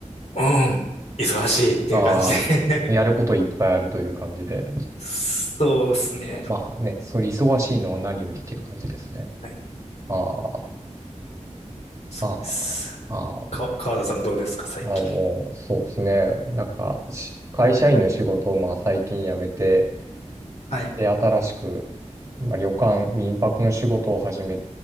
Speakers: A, on the left (about 60°); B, on the right (about 25°).
A: うん、忙しいっていう感じで
B: ああ、やることいっぱいあるという感じで。
A: <laughs> そうですね。
B: まあね、それ忙しいのは何よりっていう感じですね。
A: はい、
B: ああ、
A: そうです。
B: ああ、ああ、
A: か、川田さんどうですか、最近。
B: まあもう、そうですね。なんか、し会社員の仕事をまあ最近辞めて、
A: はい、
B: で、新しく、まあ、旅館、民泊の仕事を始め